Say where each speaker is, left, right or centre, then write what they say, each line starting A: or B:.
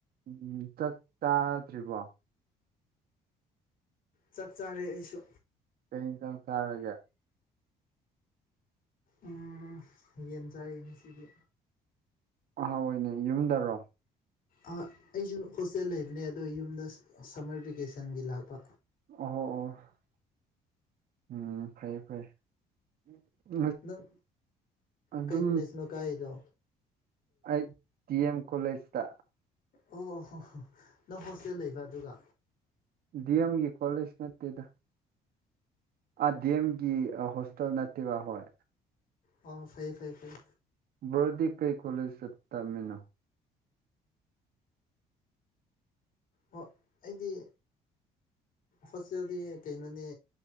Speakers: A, on the right; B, on the left.
A: ꯎꯝ ꯆꯥꯛ ꯆꯥꯗ꯭ꯔꯤꯕꯣ
B: ꯆꯥꯛ ꯆꯥꯔꯦ ꯑꯩꯁꯨ
A: ꯀꯩ ꯍꯦꯡꯖꯥꯡ ꯆꯥꯔꯒꯦ
B: ꯎꯝ ꯌꯦꯟ ꯆꯥꯏꯌꯦ ꯉꯁꯤꯗꯤ
A: ꯑꯍꯥꯎꯏꯅꯦ ꯌꯨꯝꯗꯔꯣ
B: ꯑꯥ ꯑꯩꯁꯨ ꯍꯣꯁꯇꯦꯜ ꯂꯩꯕꯅꯦ ꯑꯗꯣ ꯌꯨꯝꯗ ꯁꯝꯃꯔ ꯚꯦꯀꯦꯁꯟꯒꯤ ꯂꯥꯛꯄ
A: ꯑꯣ ꯑꯣ ꯑꯣ ꯎꯝ ꯐꯩ ꯐꯩ <inaudible>
B: ꯅꯪ
A: ꯑꯗꯨꯝ
B: ꯀꯩ ꯀꯨꯂꯁꯅꯣ ꯀꯥꯏꯗꯣ
A: ꯑꯩ ꯗꯤ ꯑꯦꯝ ꯀꯣꯂꯦꯖꯇ
B: ꯑꯣ ꯍꯣꯍꯣ ꯅꯪ ꯍꯣꯁꯇꯦꯜ ꯂꯩꯕ ꯑꯗꯨꯒ
A: ꯗꯤ ꯑꯦꯝꯒꯤ ꯀꯣꯂꯦꯖ ꯅꯠꯇꯦꯗ ꯑꯥ ꯑꯦꯝꯒꯤ ꯍꯣꯁꯇꯦꯜ ꯅꯠꯇꯦꯕ ꯍꯣꯏ
B: ꯑꯣ ꯐꯩꯌꯦ ꯐꯩꯌꯦ ꯐꯩ
A: ꯕꯔꯣꯗꯤ ꯀꯩ ꯀꯣꯂꯦꯖꯇ ꯇꯝꯃꯤꯅꯣ
B: ꯍ ꯑꯩꯗꯤ ꯍꯣꯁꯇꯦꯜꯗꯤ ꯀꯩꯅꯣꯅꯦ